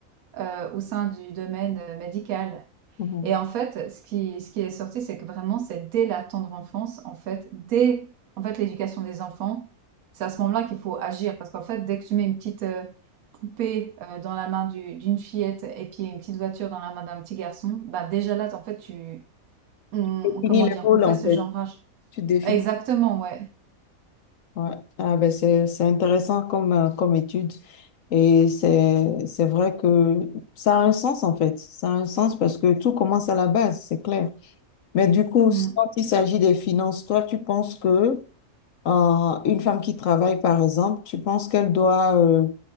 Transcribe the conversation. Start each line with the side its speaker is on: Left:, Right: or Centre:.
Right: heu, au sein du domaine, heu, médical
Left: mhm.
Right: et en fait, ce qui ce qui est sorti, c'est que vraiment c'est dès la tendre enfance, en fait, dès en fait l'éducation des enfants, c'est à ce moment-là qu'il faut agir parce qu'en fait, dès que tu mets une petite, heu, poupée, heu, dans la main du d'une fillette et puis une petite voiture dans la main d'un petit garçon, bah, déjà là, en fait, tu on
Left: Définis
Right: comment
Left: le
Right: dire?
Left: rôle,
Right: On fait
Left: en
Right: ce
Left: fait.
Right: genrage.
Left: Tu définis.
Right: Exactement, ouais.
Left: Ouais. Ah ben c'est c'est intéressant comme, euh, comme étude et c'est c'est vrai que ça a un sens en fait. Ça a un sens parce que tout commence à la base, c'est clair. Mais du coup,
Right: Mmh.
Left: quand il s'agit des finances, toi, tu penses que euh, une femme qui travaille, par exemple, tu penses qu'elle doit, euh,